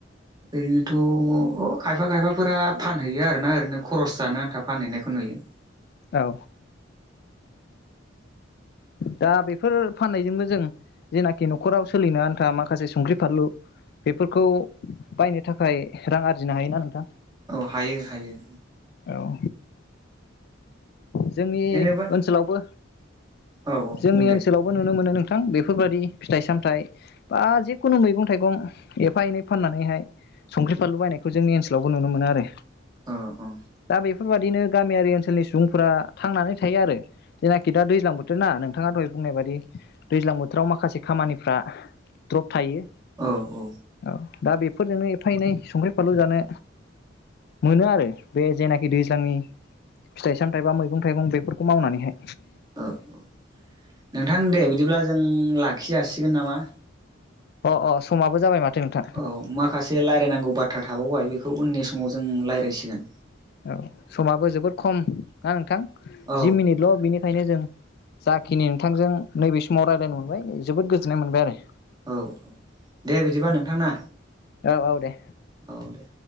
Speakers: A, on the right (about 20°); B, on the left (about 55°).
A: ओरैनोथ' दङ अ खायफा खायफाफोरा फानहैयो आरोन ओरैनो खरस जानो आन्था फानहैनाय। <unintelligible> नुयो।
B: औ दा बेफोर फाननायजोंबो जों जेनाखि न'खराव सोलिनो आनथा माखासे संख्रि फानलु बेफोरखौ बायनो थाखाय रां आरजिनो हायोना नोंथां।
A: औ हायो हायो।
B: औ जोंनि
A: जेनेबा
B: ओनसोलावबो
A: औ औ
B: जोंनि
A: बुं दे
B: ओनसोलावबो नुनो मोनो नों नोंथां बेफोरबायादि फिथाइ सामथायाइ बा जिखुनु मैगं थाइगं एफा एनै फाननानैहाय संख्रि फानलु बायनायखौ जोंनि ओनसोलावबो नुनो मोनो आरो।
A: औ औ
B: दा बेफोरबादिनो गामियारि ओनसोलनि सुबुं फोरा थांनानै थायो आरो जेनाखि दा दैज्लां बोथोर ना नोंथाङा दहाय बुंनाय बायदि दैज्लां बोथोराव माखासे खामानिफ्रा द्रप थायो
A: औ औ
B: औ- दा बेफोरजोंनो एफा एनै संख्रि फानलु जानो मोनो आरो बे जेनाखि दैज्लांनि फिथाइ सामथाय बा मैगं थाइगं बेफोरखौ मावनानैहाय।
A: औ औ नोंथां दे बिदिब्ला जों लाख खि जासिगोन नामा?
B: अ अ समाबो जाबाय माथो- नोंथां
A: औ माखासे रायलायनांगौ बाथ्रा थाबावबाय बेखौ उननि सम समाव जों रायज्लायसिगोन।
B: औ समाबो जोबोद खम ना नोंथां
A: औ
B: जि मिनिटल' बिनि खायनो जों जाखिनि नोंथांजों नैबे समाव रायज्लायनो मोनबाय जोबोद गोजोननाय मोनबाय आरो।
A: औ औ दे बिदिबा नोंथां ना
B: औ औ दे
A: औ दे।